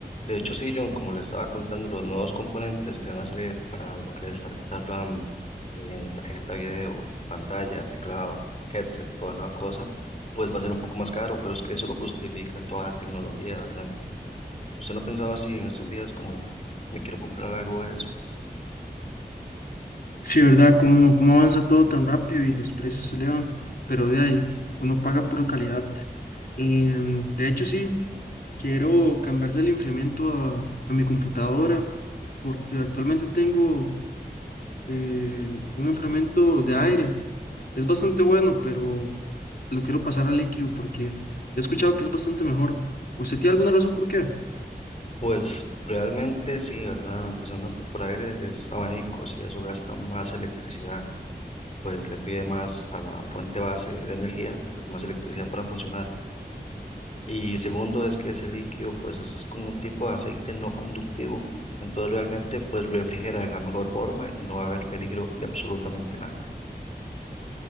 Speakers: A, on the left; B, on the left.
A: De hecho, sí, John, como le estaba contando, los nuevos componentes que van a salir para lo que es tarjeta RAM, eh, tarjeta video, pantalla, teclado, headset, toda esa cosa, pues va a ser un poco más caro, pero es que eso lo justifica toda la tecnología, ¿verdad? ¿Usted no pensaba así en estos días como me quiero comprar algo de eso?
B: Sí, ¿verdad? ¿Cómo, cómo avanza todo tan rápido y los precios se elevan? Pero de ahí, uno paga por calidad. Em, de hecho, sí, quiero cambiarle el enfriamiento a, a mi computadora porque actualmente tengo eh, un enfriamiento de aire. Es bastante bueno, pero lo quiero pasar a líquido porque he escuchado que es bastante mejor. ¿Usted tiene alguna razón por qué?
A: Pues realmente sí, ¿verdad? Empezando que por aire es abanicos y eso gasta más electricidad, pues le pide más a la fuente base de energía, pues más electricidad para funcionar. Y segundo es que ese líquido pues es como un tipo de aceite no conductivo. Entonces realmente pues refrigera de la mejor forma y no va a haber peligro de absolutamente nada.